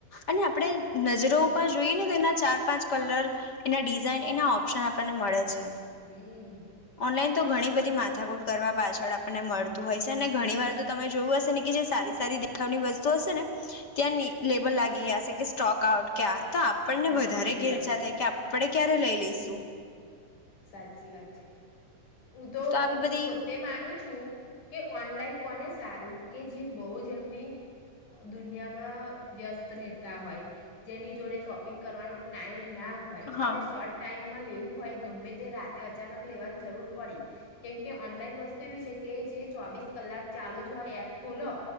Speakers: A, on the left (about 35°); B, on the left (about 60°).
A: અને આપડે નજરો ઉપ જોઈએ ને તો એના ચાર પાંચ કલર એના ડિઝાઈન એના ઓપ્શન આપણને મળે છે.
B: હમ.
A: ઓનલાઈન તો ઘણી બધી માથાકૂટ કરવા પાછળ આપણને મળતું હોય છે. અને ઘણી વાર તો તમે જોયું હશે ને કે જે સારી સારી દેખાવની વસ્તુ હશે ને ત્યાં ને લેબલ લાગી ગ્યા હશે કે સ્ટોક આઉટ કે આ તો આપણને
B: હા
A: વધારે
B: સોલ્ડ
A: ઘેલચા
B: આઉટ
A: થાય કે આપ પડે ક્યારે લઈ લઈશું.
B: સાચી વાત છે. હું તો
A: આવી
B: હું તો
A: બધી
B: પોત્તે માનું છું કે ઓનલાઈન કોને સારું કે જે બહુ જ એમની અ ડુનિયામાં વ્યસ્ત રહેતા હોય. જેની જોડે શોપિંગ કરવાનો ટાઈમ ના હોય,
A: હા
B: અને શોર્ટ ટાઈમ માં લેવું હોય ગમે તે રાતે અચાનક લેવાન જરૂર પડી. કેમ કે ઓનલાઈન વસ્તુ એવી છે કે જે ચોવીસ કલાક ચાલુ જ હોય એપ ખોલો